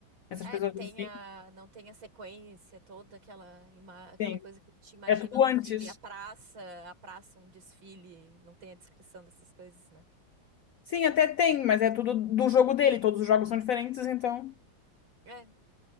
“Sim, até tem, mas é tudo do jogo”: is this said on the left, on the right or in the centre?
Left